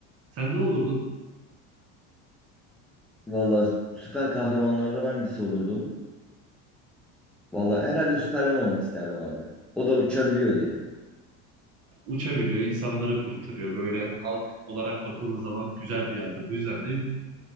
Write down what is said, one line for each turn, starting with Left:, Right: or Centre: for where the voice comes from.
Right: Sen ne olurdun?
Centre: Vallahi süper kahramanlardan hangisi olurdum? Vallahi herhalde Süperman olmak isterdim abi. O da uçabiliyor diye.
Right: Uçabiliyor, insanları kurtarıyor. Böyle halk olarak bakıldığı zaman güzel bir yerde. Bu yüzden değil mi?